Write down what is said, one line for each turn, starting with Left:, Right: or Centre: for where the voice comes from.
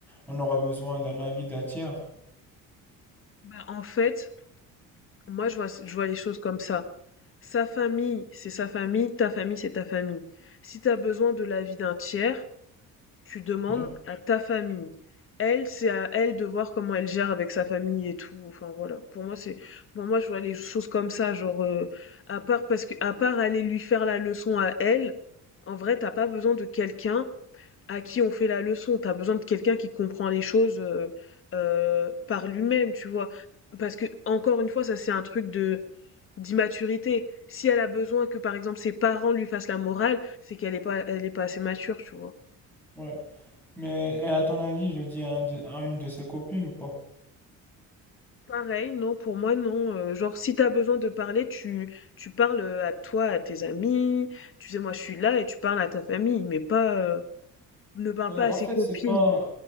Centre: on aura besoin d'un avis d'un tiers.
Left: Bah, en fait, moi, je vois, je vois les choses comme ça. Sa famille, c'est sa famille, ta famille, c'est ta famille. Si tu as besoin de l'avis d'un tiers, tu demandes
Centre: Ouais,
Left: à ta famille. Elle, c'est à elle de voir comment elle gère avec sa famille et tout. Enfin voilà. Pour moi, c'est pour moi je vois les choses comme ça, genre euh, à part parce que à part aller lui faire la leçon à elle, en vrai, t'as pas besoin de quelqu'un à qui on fait la leçon. T'as besoin de quelqu'un qui comprend les choses euh, euh, par lui-même, tu vois. Parce que encore une fois, ça c'est un truc de d'immaturité. Si elle a besoin que, par exemple, ses parents lui fassent la morale, c'est qu'elle est pas, elle est pas assez mature, tu vois.
Centre: ouais. Mais et à ton avis, je dis à, un de- à une de ses copines ou pas?
Left: Pareil, non, pour moi, non. euh, genre, si t'as besoin de parler, tu, tu parles euh, à toi, à tes amis. Tu sais, moi, je suis là et tu parles à ta famille, mais pas, euh, ne parle
Centre: Euh,
Left: pas
Centre: en
Left: à ses
Centre: fait,
Left: copines.
Centre: c'est pas,